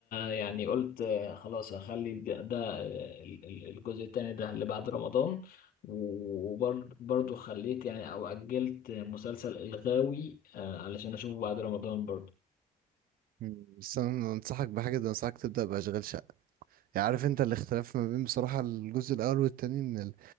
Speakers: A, on the left; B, on the right.
A: يعني قلت آه، خلاص هخلي ده, ده آه، ال- ال- الجزء التاني ده اللي بعد رمضان وبرضه خليت يعني او اجلت مسلسل الغاوي آه، علشان اشوفه بعد رمضان برضه
B: مم. بس أنا أنصحك بحاجة ده أنصحك تبدأ بأشغال شقة يعني عارف انت الاختلاف ما بين بصراحة الجزء الاول والتاني ان ال-